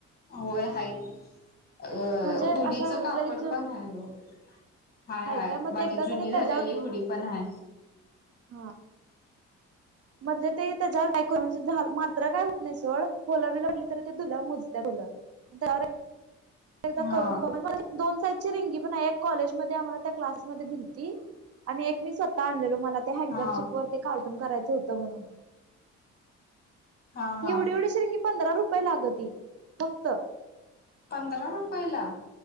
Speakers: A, on the left (about 30°); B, on the right (about 55°).
A: होय हायत अ
B: म्हणजे
A: हुडीचं
B: असा
A: कापड
B: लई जुन
A: पण आहे ग. हाय, हाय
B: काय मग
A: माझी
B: एकदा
A: जुनी
B: का नाही त्याच्यावर
A: झालेली हुडी पण आहे.
B: हा म्हणजे ते त्याच्या टायको झा मात्र काय होत नाही सोड होलवी लढली तरी ते दुला हा बोला तर <unintelligible> दोन
A: हा
B: साईजची रिंगी पण म्हणा कॉलेज आम्हाला त्या क्लास मध्ये दिलती. आणि एक मी स्वतः आणलेलो मला ते हँकर
A: हा
B: चिप वर ते कार्टून करायचं होतं म्हणून.
A: हा हा
B: एवढी, एवढीशु रिगी पंधरा रुपये लागती फक्त.
A: पंधरा रुपये ला?